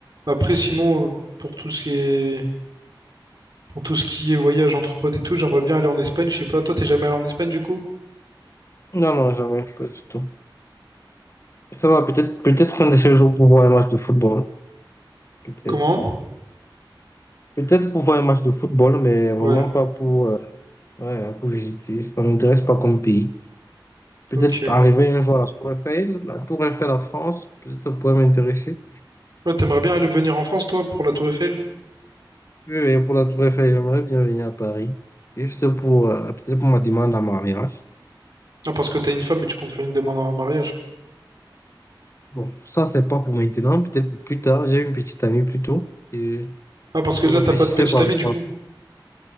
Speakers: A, on the right; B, on the left.
A: Après, sinon, euh, pour tout ce qui est, pour tout ce qui est voyage entre potes et tout, j'aimerais bien aller en Espagne. Je sais pas, toi, t'es jamais allé en Espagne du coup?
B: Non, non, jamais, pas du tout. Ça va, peut-être peut-être qu'un de ces jours pour voir un match de football. Peut-être.
A: Comment?
B: Peut-être pour voir un match de football, mais vraiment
A: Ouais,
B: pas pour, euh, ouais, hein, pour visiter. Ça ne m'intéresse pas comme pays. Peut-être
A: ok.
B: arriver un jour à la Tour Eiffel, la Tour Eiffel à France, peut-être ça pourrait m'intéresser.
A: Ouais, t'aimerais bien aller venir en France, toi, pour la Tour Eiffel?
B: Oui, oui, pour la Tour Eiffel, j'aimerais bien venir à Paris. Juste pour, euh, peut-être pour ma demande en mariage.
A: Ah, parce que t'as une femme et tu comptes faire une demande en mariage.
B: Bon, ça, c'est pas pour maintenant, peut-être pour plus tard. J'ai une petite amie plus tôt et
A: Ah, parce
B: je
A: que là,
B: réfléchissais
A: t'as pas de petite
B: par
A: amie,
B: rapport
A: du coup.
B: à ça.